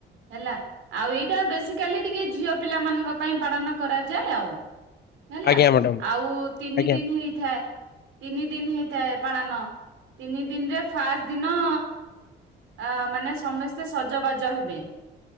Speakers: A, on the right; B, on the left.
A: ହେଲା ଆଉ ଏଇଟା ବେସିକାଲି ଟିକେ ଝିଅ ପିଲା ମାନଙ୍କ ପାଇଁ ପାଳନ କରାଯାଏ ଆଉ। ହେଲା
B: ଆଜ୍ଞା ମ୍ୟାଡ଼ାମ
A: ଆଉ ତିନି
B: ଆଜ୍ଞା
A: ଦିନି ହେଇଥାଏ। ତିନି ଦିନି ହେଇଥାଏ ପାଳନ। ତିନି ଦିନିରେ ଫାଷ୍ଟ ଦିନ ଅ ମାନେ ସମସ୍ତେ ସଜବାଜ ହେବେ।